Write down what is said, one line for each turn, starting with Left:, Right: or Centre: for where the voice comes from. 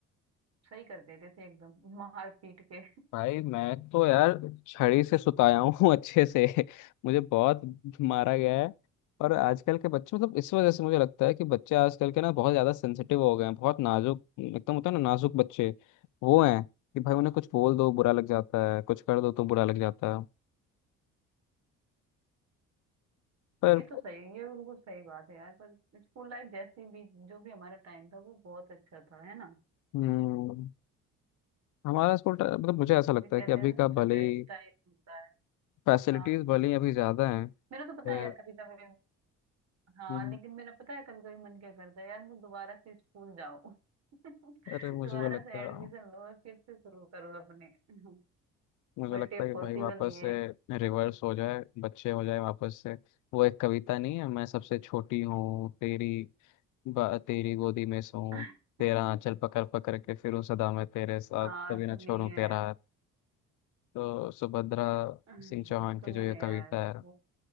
Right: सही कर देते थे एकदम मार पीट के
Left: भाई मैं तो यार छड़ी से सुताया हूँ <laughs> अच्छे से मुझे बहुत मारा गया है और आजकल के बच्चे मतलब इस वजह से मुझे लगता है कि बच्चे आजकल के ना बहुत ज्यादा सेंसिटिव हो गए हैं बहुत नाजुक एकदम होता है ना नाजुक बच्चे वो हैं कि भाई उन्हें कुछ बोल दो बुरा लग जाता है कुछ कर दो तो बुरा लग जाता है पर
Right: ये तो सही ये बिल्कुल सही बात है यार पर स्कूल लाइफ जैसी भी जो भी हमारा टाइम था वो बहुत अच्छा था है ना
Left: हम्म हमारा स्कूल टा- मतलब मुझे ऐसा लगता
Right: जो कहते
Left: है कि अभी
Right: हैं ना
Left: का
Right: सबसे
Left: भले
Right: बेस्ट
Left: ही
Right: टाइम होता है
Left: फैसिलिटीज
Right: हाँ
Left: भले ही अभी ज्यादा हैं
Right: मेरा तो पता
Left: पर
Right: है यार कभी कभी हाँ
Left: हम्म,
Right: लेकिन मेरा पता है कभी कभी मन क्या करता है यार मैं दोबारा से स्कूल जाऊं <laughs>
Left: अरे मुझे
Right: दोबारा
Left: भी लगता
Right: से एडमिशन
Left: है
Right: लो और फिर से शुरू करो अपने <laughs>
Left: मुझे
Right: बट
Left: लगता
Right: ये
Left: है कि
Right: पॉसिबल
Left: भाई वापस
Right: नहीं है
Left: से रिवर्स हो जाए बच्चे हो जाए वापस से वो एक कविता नहीं है मैं सबसे छोटी हूँ तेरी बा, तेरी गोदी में सोऊं
Right: <laughs>
Left: तेरा आंचल पकड़ पकड़ के फिरूं सदा मैं तेरे साथ
Right: हाँ
Left: कभी
Right: सुनिए
Left: ना छोड़ूं तेरा हाथ तो सुभद्रा
Right: <laughs>
Left: सिंह चौहान की
Right: सुनिए
Left: जो ये
Right: यार
Left: कविता है
Right: वो